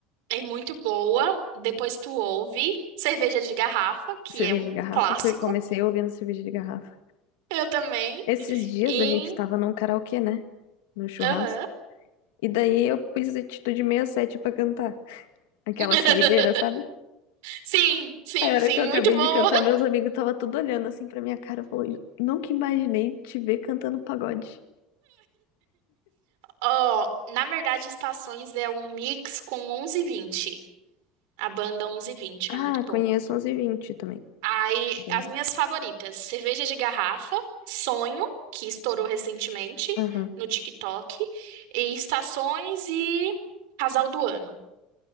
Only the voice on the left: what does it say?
Cerveja
de garrafa,
foi, comecei ouvindo cerveja de garrafa.
Esses dias
a gente tava num karaokê, né? No churrasco.
E daí eu pus atitude sessenta e sete pra cantar. Aquela
saideira, sabe?
A hora
que eu acabei
de cantar, meus amigos estavam tudo olhando assim pra minha cara. Falou, "Eu nunca imaginei te ver cantando pagode.
Ah,
conheço 11 e vinte também.
Banda.
Aham.